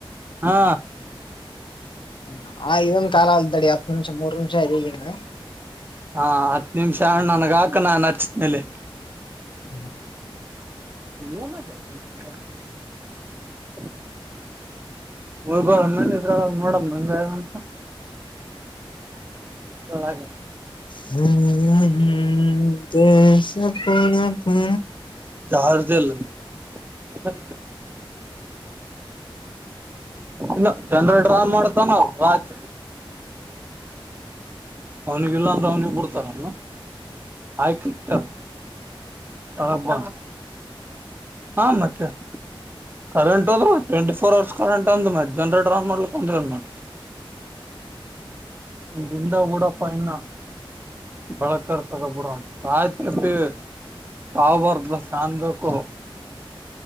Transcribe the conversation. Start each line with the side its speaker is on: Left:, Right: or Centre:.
Right: ಹಾ
Left: ಹ ಆ ಇದೊಂದ ಕಾಲ ಅಲ್ದಡಿ ಹತ್ತು ನಿಮಿಷ ಮೂರ್ ನಿಮಿಷ ಇದ ಈಗಿಂದ
Right: ಹಾ ಹತ್ ನಿಮಿಷ ಹಣ್ಣ ನನಗ ಹಾಕಣಾನು ಹಚ್ಚದ ಮೇಲೆ
Left: ಹ್ಮ
Right: ಹ <unintelligible> ಇದ ಮಂದಿ ನಿಂತರ ನೋಡ ಬಂದಂತ ಹಳ
Left: ಹ್ಮ ಹ್ಮ ದೇಶ ಪರ ಪ
Right: ಚಾರ್ಜ್ ಇಲ್ಲ <unintelligible> ಇಲ್ಲ ಜನ್ರೇಟರ್ ಆನ್ ಮಾಡ್ತನಲ ಸಾಕ್ ಅವನಿಗೆಲ್ಲಾ ಅಂದ್ರ ಅವ್ನಿಗೆ ಬಿಡ್ತಾರನ ಆಯ್ಕ ಇಡ್ತಾರ ಹಬ್ಬ ಹ ಮತ್ತೆ ಕರೆಂಟ್ ಹೋದ್ರ ಟ್ವೆಂಟಿ ಫೋರ್ ಅವರ್ಸ್ ಕರೆಂಟ್ ಅಂದ ಮತ್ತೆ ಜನ್ರೇಟರ್ ಆನ್ ಮಾಡ್ಲಿಕ್ಕೆಂದ ಬಂದಿರಲ್ಲ ದಿಂದ ಬುಡಪ್ಪ ಇನ್ನ ಬೇಳಕ ಇರ್ತದ ಬುಡ ಆಯ್ತತಿ ಹಾವ್ ಬರ್ದದ ಕಾನ್ಬೇಕು ಹ